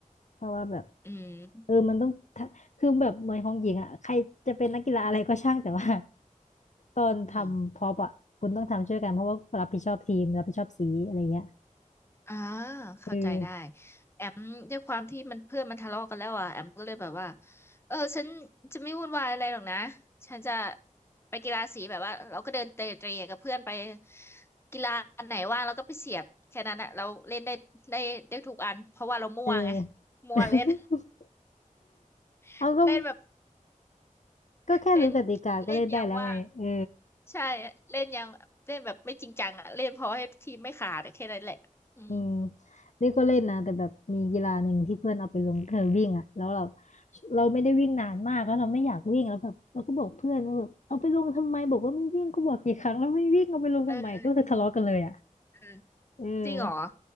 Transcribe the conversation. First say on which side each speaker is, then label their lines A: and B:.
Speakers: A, on the left (about 60°); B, on the left (about 20°).
A: เพราะว่าแบบ
B: อืม
A: เออมันต้องทะคือแบบเหมือนของหญิงอ่ะใครจะเป็นนักกีฬาอะไรก็ช่างแต่ว่าตอนทำพร็อพอ่ะคุณต้องทำช่วยกันเพราะว่ารับผิดชอบทีมรับผิดชอบสีอะไรเงี้ย
B: อืม อ่าเข้าใจได้
A: เออ
B: แอมด้วยความที่มันเพื่อนมันทะเลาะกันแล้วอ่ะแอมก็เลยแบบว่าเออฉันจะไม่วุ่นวายอะไรหรอกนะฉันจะไปกีฬาสีแบบว่าเราก็เดินเตะเตะกับเพื่อนไปกีฬาอันไหนว่างเราก็ไปเสียบแค่นั้นอ่ะเราเล่นได้ได้ได้ทุกอันเพราะว่าเรามั่วไง
A: เออ
B: มั่วเล่น
A: <laughs>
B: <laughs>
A: เอาก็
B: เล่นแบบ
A: ก็แค่รู้กติกาก็เล่นได้แล้วไงเออ
B: เล่นเล่นอย่างว่างใช่เล่นอย่างเล่นแบบไม่จริงจังอ่ะเล่นพอให้ทีมไม่ขาดอะแค่นั้นแหละอืม
A: อืมนี่ก็เล่นนะแต่แบบมีกีฬาหนึ่งที่เพื่อนเอาไปลงเธอวิ่งอ่ะแล้วเราเราไม่ได้วิ่งนานมากแล้วเราไม่อยากวิ่งแล้วแบบเราก็บอกเพื่อนว่าแบบเอาไปลงทำไมบอกว่าไม่วิ่งก็บอกกี่ครั้งแล้วไม่วิ่งเอาไปลงทำไมก็คือทะเลาะกันเลยอ่ะ
B: เออเออเออ
A: เออ
B: จริงเหรอ